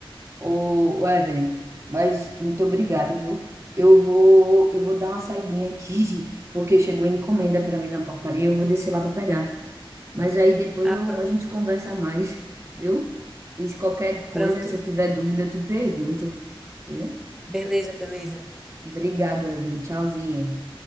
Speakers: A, on the right; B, in the centre.
A: Ô, ô, Evelyn, mas muito obrigado, viu? Eu vou, eu vou dar uma saidinha aqui, <laughs> porque chegou encomenda para mim na portaria, eu vou descer lá para pegar. Mas aí depois
B: Ah,
A: eu,
B: pronto.
A: a gente conversa mais, <laughs> viu? E se qualquer coisa,
B: Pronto.
A: se eu tiver dúvida, eu te pergunto, viu?
B: Beleza, beleza.
A: Obrigado, Evelyn. Tchauzinho.